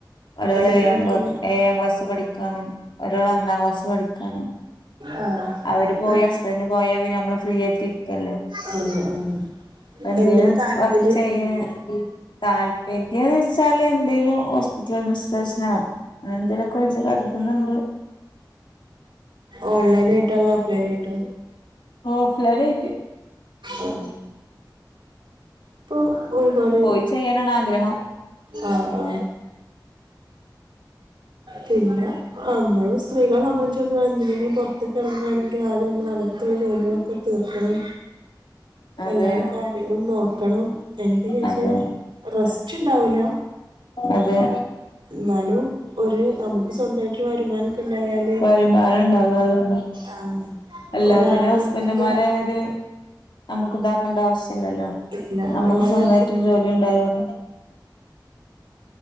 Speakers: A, on the left (about 75°); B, on the right (about 85°).
A: ഒരാള്
B: എത്രയിലാ
A: ഏഴാം
B: പഠിക്കുന്നെ?
A: ക്ല ഏഴാം ക്ലാസ് പഠിക്കാണ് ഒരാളൊന്നാം ക്ലാസ് പഠിക്കാണ്.
B: ആ
A: അവര് പോയി
B: മ-
A: ഹസ്പന്റ് പോയാ പിന്നെ നമ്മള് ഫ്രീയായിട്ട് ഇരിക്കല്ലേ
B: ആ ആ
A: അപ്പ എന്തെലും
B: എന്തിനാ താല്പര്യം?
A: വർക്ക് ചെയ്യ താല്പര്യന്ന് വെച്ചാല് എന്തേലും ഹോസ്പിറ്റൽ അഡ്മിനിസ്ട്രേഷനോ അങ്ങനെന്തേലുവോക്കെ വെച്ച് പരുതുന്നുണ്ട്.
B: ഓൺലൈനായിട്ടോ അതോ ഓഫ്ലൈനായിട്ടോ
A: ഓഫ്ലൈനായിട്ട്
B: ആ പ്പൊ ഒരുപണി
A: പോയി ചെയ്യാനാണ് ആഗ്രഹം
B: ആ ആ പിന്നെ അമ്മള് സ്ത്രീകളെ സംബന്ധിച്ച്ടത്തോളം എന്തിനെങ്കിലും പൊറത്തേക്കെറങ്ങുവാണെങ്കില് ആദ്യം നമ്മള് അകത്തുള്ള ജോലികളൊക്കെ തീർക്കണം
A: അതെ
B: എല്ലാരേം കാര്യങ്ങള് നോക്കണം എനിക്ക് ശേഷെ
A: അതെ
B: റെസ്റ്റ്ണ്ടാവൂല
A: അതെ
B: ന്നാലും ഒരു അമു സ്വന്തായിട്ട് വരുമാനൊക്കെ ഉണ്ടായാല്
A: വരുമാനൊണ്ടാകാതെ പന്നെ
B: ആഹ്
A: എല്ലാത്തിനും
B: ഒരാളെ
A: ഹസ്ബൻഡുമാരെ
B: നോക്കിട്ട്
A: ഒര് നമുക്കുണ്ടാക്കണ്ടാവശ്യല്ലല്ലോ
B: ഇല്ല
A: നമുക്കു
B: എല്ലാ
A: സ്വന്തായിട്ടൊരു
B: കാര്യത്തിനും
A: ജോലി ഉണ്ടായാല്